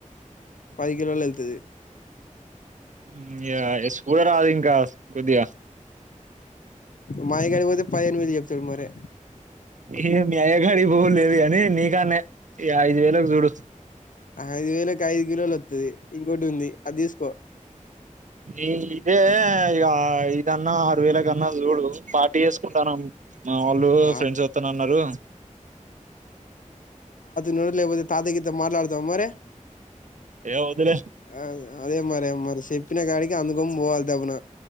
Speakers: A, on the left; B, on the right.
A: పది కలోల్ ఎల్తది
B: ఇంగ్య సుడరాదింకా కొద్దిగ
A: మాయ కడిక్ పోతె పదిహేన్ వేల్ ఏప్తడు మరె
B: ఏ మీ అయగాడి పోలేదు అని నీకాన్నే ఐదు వేలకు చూడు
A: ఐదు వేలకి ఐదు కిలోలు వస్తది ఇంకోటి ఉంది అది తీసుకో
B: ఈ ఇదే ఇక ఇదన్న ఆరు వేలకి అన్న చూడు పా తీసుకుంటాను మా వాళ్ళు
A: ఆ
B: ఫ్రెండ్స్ వస్తాన అన్నారు
A: నోరు లేకపోతే తాతయ్యకి ఇస్తాం మాట్లాడతావ అ మరి
B: ఏ వద్దులే
A: అ అదే మరే మరి చెప్పిన కాడికి అందుకమ్ము పోవాలి తప్పున